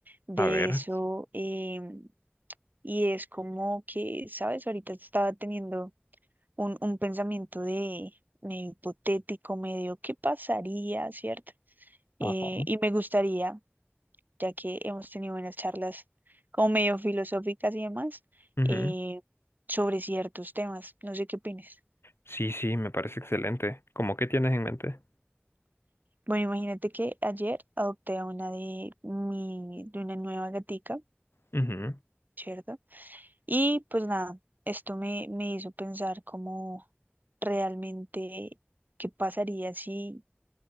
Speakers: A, on the right; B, on the left.
A: de
B: A ver.
A: eso. em, y es como que, ¿sabes? Ahorita estaba teniendo un, un pensamiento de, de hipotético, medio, ¿qué pasaría, cierto?
B: Ajá.
A: Eh, y me gustaría ya que hemos tenido unas charlas como medio filosóficas y demás
B: ujú.
A: eh, sobre ciertos temas. No sé qué opinas.
B: Sí, sí, me parece excelente. ¿Cómo qué tienes en mente?
A: Bueno, imagínate que ayer adopté a una de mi, de una nueva gatica,
B: Ujú.
A: ¿cierto? Y pues nada, esto me, me hizo pensar como realmente qué pasaría si